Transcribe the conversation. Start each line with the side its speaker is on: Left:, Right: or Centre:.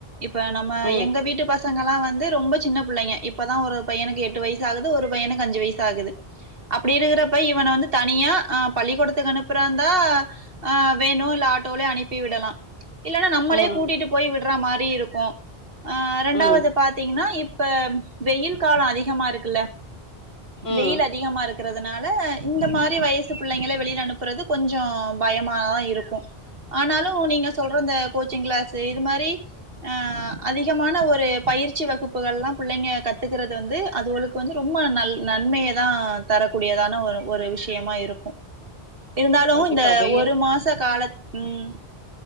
Right: இப்ப நம்ம
Left: ம்
Right: எங்க
Left: ம்
Right: வீட்டு பசங்கல்லா வந்து ரொம்ப சின்ன புள்ளைங்க இப்பதா ஒரு பையனுக்கு எட்டு வயசு ஆகுது ஒரு பையனுக்கு அஞ்சு வயசு ஆகுது அப்டி இருக்குறப்ப இவன வந்து த நியா அப் பள்ளிக்கொடத்துக்கு அனுப்புறாந்தா ஆ வேணு இல்ல ஆட்டோலயே அனுப்பி விடலா இல்லனா நம்மளே
Left: ம்
Right: கூட்டிட்டு போய் விட்றா மாரி இருக் க்க ஆ ரெண்டாவது
Left: ம் ம்
Right: பாத்தீங்னா இப் இப்ப வெயில் காலொ அதிகமா இருக்குல்ல
Left: ம்
Right: வெயில் அதிகமா இருக் றதுனால இந்த மாரி வயசு புள்ளைங்கள வெளியில அனுப்புறது கொஞ்சொ பயமாதா இருக்கு ஆனாலு நீங்க சொல்ற இந்த கோச்சிங் கிளாஸ் இது மாரி ஆஹ அதிகமான ஒரு பயிற்சி வகுப்புகள்லா புள்ளைங்க கத்துக்கிறது வந்து அதுகளுக்கு வந்து ரொம்ப ந நன்மைய தா தரக்கூடியதா ஒரு ஒரு விஷயமா இருக்கு இருந்தாலு
Left: கண்டிப்பா
Right: இந்த
Left: வெயில்
Right: ஒரு மாச காலத் ம்